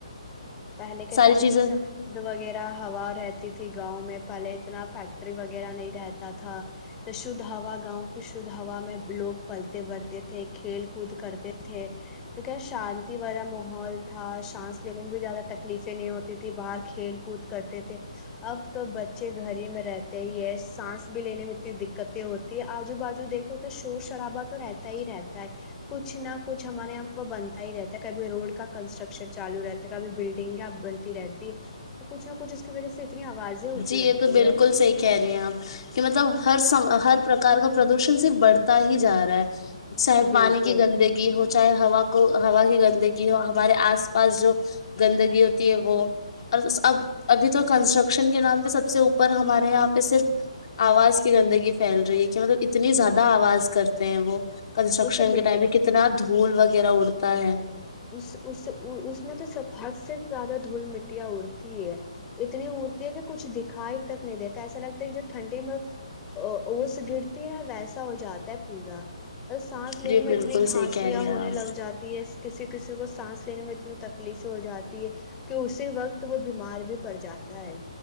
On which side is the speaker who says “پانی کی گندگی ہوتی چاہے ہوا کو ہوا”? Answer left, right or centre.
Left